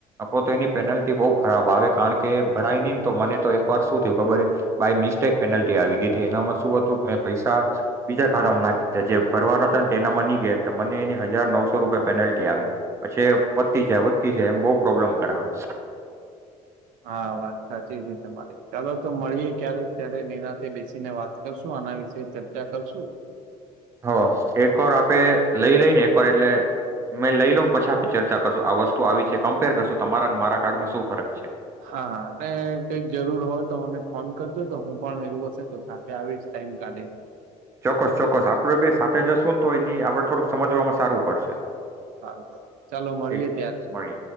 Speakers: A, on the right; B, on the right.
A: નકો તો એની પેનલ્ટી બહુ ખરાબ આવે કારણ કે ભરાય નહીં ને તો મને તો એકવાર શું થયું ખબર બાય મિસ્ટેક પેનલ્ટી આવી ગઈ હતી એનામાં શું હતું મેં પૈસા બીજા ખાતામાં નાખી દીધા જે ભરવાના હતા ને તે એનામાં નહીં ગયા હતા મને એની હજાર નવસો રૂપિયા પેનલ્ટી આવી, પછી વધતી જાય વધતી જાય એમ બહુ પ્રોબ્લમ કરાવે. સ
B: હા વાત સાચી છે તમારી ચાલો તો મળીએે ક્યારેક ત્યારે નિરાતે બેસીને વાત કરશું આના વિશે ચર્ચા કરશું.
A: હ એક વાર આપે લઈ લઈ ને એકવાર એટલે મેં લઈ લઉ પછી આપે ચર્ચા કરશું આ વસ્તુ આવી છે કમ્પેર કરશું તમારા મારા કાર્ડમાં શું ફરક છે.
B: હા અને કઈક જરૂર હોય તો મને ફોન કરજો તો હું પણ એવું હશે તો સાથે આવીશ ટાઈમ કાઢી ને
A: ચોક્કસ ચોક્કસ આપડે બે સાથે જશુંને તોય ની આપડે થોડુંક સમજવામાં સારું પડશે.
B: સારું ચાલો મળીએે
A: ઠીક
B: ત્યારે.
A: મળીએ